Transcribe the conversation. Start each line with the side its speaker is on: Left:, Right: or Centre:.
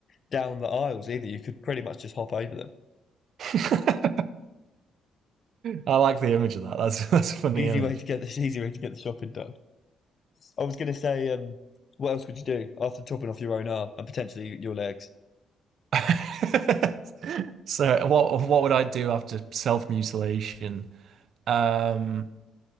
Left: down the aisles either. You could pretty much just hop over them.
Right: <laughs> I like the image of that. That's <laughs> that's a funny
Left: Easy
Right: image.
Left: way to get this. <laughs> Easy way to get the shopping done. I was gonna say, um, what else would you do after chopping off your own arm and potentially your legs?
Right: <laughs> So what what would I do after self-mutilation? Um,